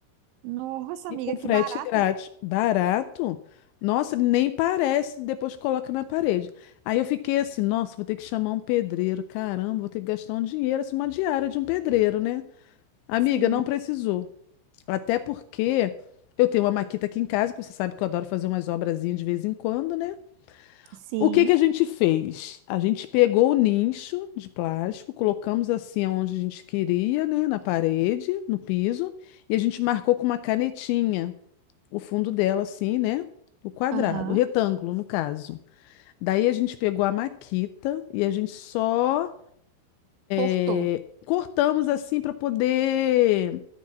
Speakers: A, on the right (about 85°); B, on the left (about 85°).
A: Nossa,
B: E
A: amiga,
B: com frete
A: que barato.
B: grátis. Barato? Nossa, nem parece, depois coloca na parede. Aí eu fiquei assim, nossa, vou ter que chamar um pedreiro. Caramba, vou ter que gastar um dinheiro, assim, uma diária de um pedreiro, né? Amiga,
A: Sim,
B: não precisou. Até porque eu tenho uma maquita aqui em casa, que você sabe que eu adoro fazer umas obrazinhas de vez em quando, né?
A: sim,
B: O que que a gente fez? A gente pegou o nicho de plástico, colocamos assim onde a gente queria, né? Na parede, no piso, e a gente marcou com uma canetinha o fundo dela, assim, né? O quadrado,
A: aham.
B: o retângulo, no caso. Daí a gente pegou a maquita e a gente só
A: Portou,
B: é, cortamos assim para poder